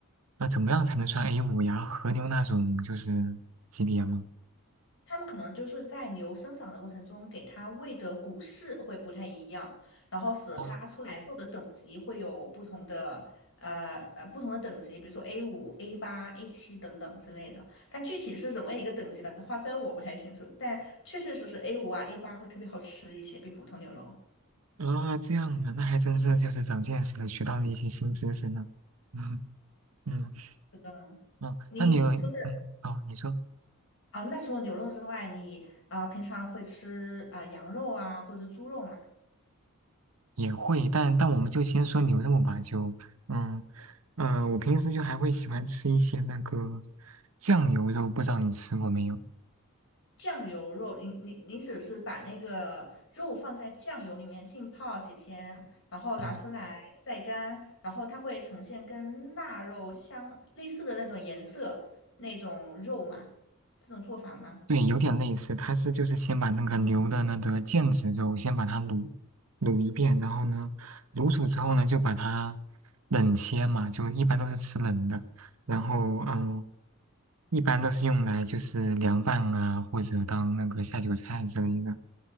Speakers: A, on the right (about 80°); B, on the left (about 60°).
A: 呃，怎么样才能算 a 五呀？和牛那种就是级别吗？
B: 他们可能就是在牛生长的过程中，给它喂的谷饲会不太一样，然后使得它出来后的等级会有不同的，
A: 哦，
B: 呃呃不同的等级，比如说 A 五、A 八、A 七等等之类的。但具体是怎么一个等级的划分，我不太清楚。但确确实实 A 五啊、A 八会特别好吃一些，比普通牛肉。
A: 啊这样啊，那还真是就是长见识了，学到了一些新知识呢。<laughs> 嗯嗯，
B: 嗯，
A: 哦，
B: 你除了
A: 那你有嗯哦，你说。
B: 啊，那除了牛肉之外，你啊、平常会吃啊、羊肉啊，或者是猪肉嘛？
A: 也会，但但我们就先说牛肉吧，就嗯嗯，我平时就还会喜欢吃一些那个酱牛肉，不知道你吃过没有？
B: 酱油肉，你你你只是把那个肉放在酱油里面浸泡几天，然后拿出来晒干，
A: 嗯，
B: 然后它会呈现跟腊肉相类似的那种颜色，那种肉嘛，这种做法吗？
A: 对，有点类似，它是就是先把那个牛的那个腱子肉先把它卤卤一遍，然后呢，卤煮之后呢，就把它冷切嘛，就一般都是吃冷的，然后嗯，一般都是用来就是凉拌啊，或者当那个下酒菜之类的。